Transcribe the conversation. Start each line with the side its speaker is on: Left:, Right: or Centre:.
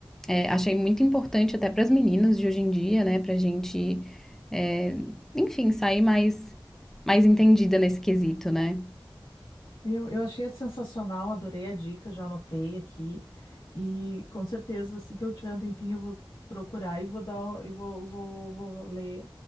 Centre: é, achei muito importante até para as meninas de hoje em dia, né, pra gente, é, enfim, sair mais mais entendida nesse quesito, né?
Left: Eu, eu achei sensacional, adorei a dica, já anotei aqui e com certeza assim que eu tiver um tempinho eu vou procurar e vou dar o- e vou, vou, vou ler